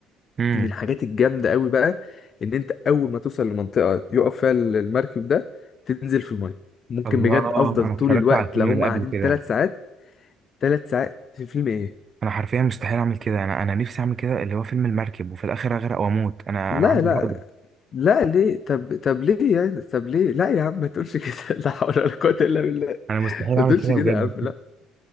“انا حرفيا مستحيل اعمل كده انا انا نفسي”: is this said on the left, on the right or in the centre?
Right